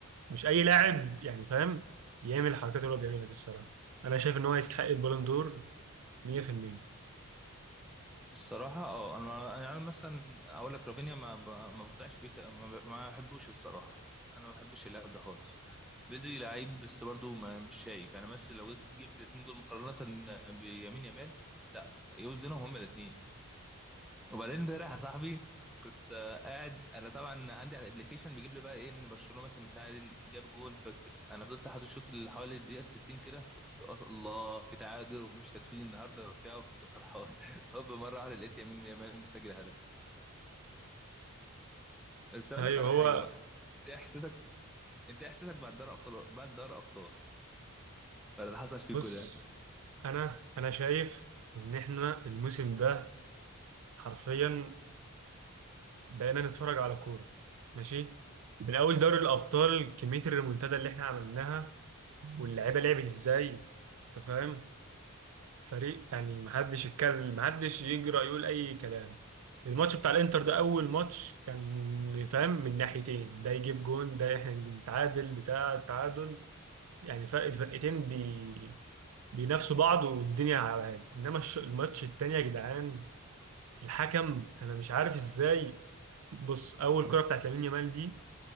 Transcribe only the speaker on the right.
مش أي لاعب يعني فاهم يعمل الحركات اللي هو بيعملها دي الصراحة أنا شايف إن هو يستحق البالون دور 100%
أيوه
هو
بص
أنا أنا شايف إن إحنا الموسم ده حرفيا بقينا نتفرج على كورة ماشي من أول دوري الأبطال كمية الريمونتادا اللي إحنا عملناها واللعيبة لعبت إزاي أنت فاهم فريق يعني محدش يتكلم محدش يجرأ يقول اي كلام الماتش بتاع الانتر ده اول ماتش كان فاهم من ناحيتين ده يجيب جون ده احنا نتعادل بتاع التعادل يعني فرق الفرقتين بي... بينافسوا بعض والدنيا على هادي انما الش- الماتش التاني يا جدعان الحكم انا مش عارف ازاي بص اول كرة بتاعت لامين يامال دي